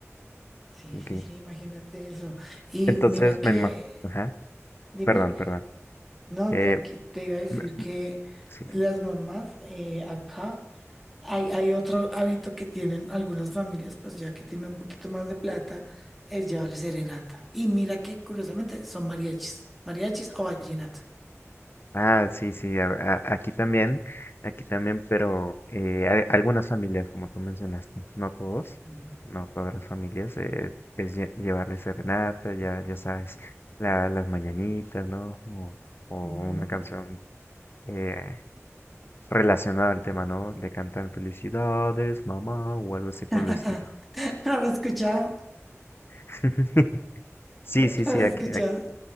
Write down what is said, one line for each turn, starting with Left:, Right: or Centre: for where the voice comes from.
Centre: Sí,
Left: ok.
Centre: sí, sí, imagínate eso. Y
Left: Entonces,
Centre: mira que,
Left: me, ima- ajá,
Centre: dime.
Left: perdón, perdón.
Centre: No,
Left: Eh,
Centre: tranqui, te iba a decir
Left: me-
Centre: que
Left: sí.
Centre: las mamás eh, acá hay, hay otro hábito que tienen algunas familias, pues ya que tienen un poquito más de plata, es llevarle serenata. Y mira que curiosamente son mariachis, mariachis o vallenato.
Left: Ah, sí, sí, a- a- aquí también, aquí también, pero eh, a- algunas familias, como tú mencionaste, no todos,
Centre: Mm,
Left: no todas las familias, eh, es lle- llevarles serenata, ya, ya sabes, la- las mañanitas, ¿no? O, o
Centre: mm.
Left: una canción eh, relacionada al tema, ¿no? Le cantan felicidades, mamá, o algo así por
Centre: <laughs>
Left: el estilo.
Centre: No lo he escuchado,
Left: <laughs> Sí,
Centre: no
Left: sí, sí,
Centre: lo he
Left: aquí,
Centre: escuchado.
Left: aquí,